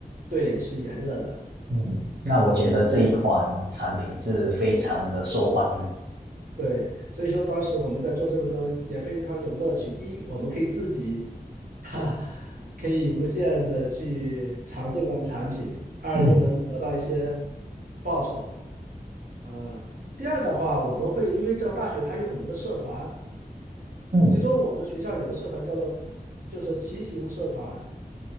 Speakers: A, on the right (about 60°); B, on the right (about 80°).
A: 对，是炎热的。
B: 嗯，那我觉得这一款产品是非常的受欢迎。
A: 对，所以说当时我们在做这份时候也非常有乐趣。一，我们可以自己，哈，可以无限的去尝这款产品；二，
B: 嗯
A: 又能得到一些报酬啊。第二的话，我们会因为这大学它有很多的社团，
B: 嗯，
A: 其中我们学校有个社团叫做自，就是骑行社团。